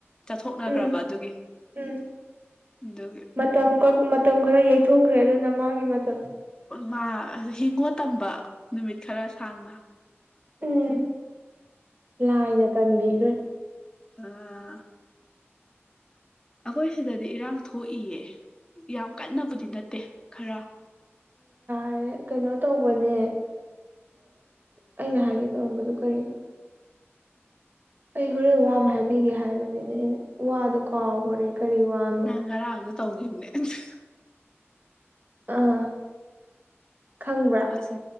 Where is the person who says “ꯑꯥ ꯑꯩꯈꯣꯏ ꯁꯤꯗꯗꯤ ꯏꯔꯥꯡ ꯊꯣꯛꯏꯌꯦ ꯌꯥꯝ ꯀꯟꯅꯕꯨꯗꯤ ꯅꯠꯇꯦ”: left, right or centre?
Left